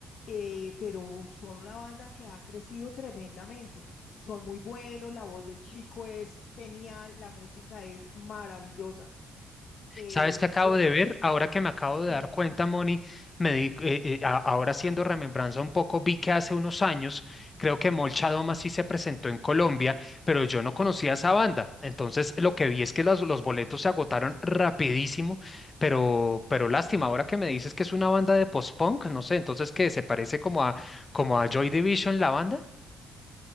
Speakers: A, on the left; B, on the left.
A: Eh, pero son una banda que ha crecido tremendamente. Son muy buenos, la voz del chico es genial, la música es maravillosa. Eh,
B: ¿Sabes qué acabo
A: bueno,
B: de ver?
A: esa,
B: Ahora que me acabo
A: dime.
B: de dar cuenta, Moni, me di- eh, eh, a- ahora haciendo remembranza un poco, vi que hace unos años, creo que Molcha Doma sí se presentó en Colombia, pero yo no conocía esa banda. Entonces, lo que vi es que los, los boletos se agotaron rapidísimo, pero, pero lástima, ahora que me dices que es una banda de post-punk, no sé, entonces que se parece como a, como a Joy Division, la banda.